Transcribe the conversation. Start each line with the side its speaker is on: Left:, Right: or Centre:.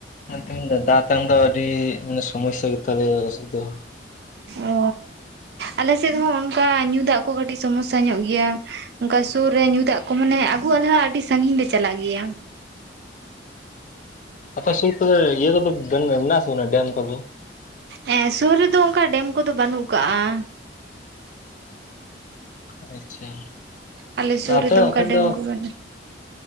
Left: ᱢᱮᱱᱫᱟ ᱫᱟᱜᱛᱟᱝ ᱫᱚ ᱟᱹᱰᱤ ᱢᱟᱱᱮ ᱥᱚᱢᱚᱥᱥᱟ ᱜᱮᱛᱟᱞᱮ ᱟᱞᱮ ᱥᱮᱱ ᱫᱚ
Right: ᱚ ᱟᱞᱮ ᱥᱮᱫ ᱦᱚᱸ ᱚᱱᱠᱟ ᱧᱩ ᱫᱟᱜ ᱠᱚ ᱠᱟᱹᱴᱤᱡ ᱥᱚᱢᱚᱥᱥᱟ ᱧᱚᱜ ᱜᱮᱭᱟ ᱚᱱᱠᱟ ᱥᱩᱨ ᱨᱮ ᱧᱩ ᱫᱟᱜ ᱠᱚ ᱢᱟᱱᱮ ᱟᱹᱜᱩ ᱟᱞᱮ ᱦᱚᱸ ᱟᱹᱰᱤ ᱥᱟᱺᱜᱤᱧ ᱞᱮ ᱪᱟᱞᱟᱜ ᱜᱮᱭᱟ
Left: ᱟᱯᱮ ᱥᱩᱨ ᱠᱚᱫᱚ ᱤᱭᱟᱹ ᱠᱚᱫᱚ ᱢᱮᱱᱟᱜ ᱟᱥᱮ ᱵᱟᱝᱟ ᱰᱮᱢ ᱠᱚᱫᱚ
Right: ᱦᱮᱸ ᱥᱩᱨ ᱨᱮᱫᱚ ᱚᱱᱠᱟ ᱰᱮᱢ ᱠᱚᱫᱚ ᱵᱟᱹᱱᱩᱜ ᱠᱟᱜ ᱟ
Left: ᱟᱪᱪᱷᱟ
Right: ᱟᱞᱮᱥᱩᱨ
Left: ᱟᱯᱮ
Right: ᱨᱮᱫᱚ ᱚᱱᱠᱟ
Left: ᱵᱟᱠᱷᱟᱡ
Right: ᱰᱮᱢ
Left: ᱫᱚ
Right: ᱠᱚ ᱢᱟᱱ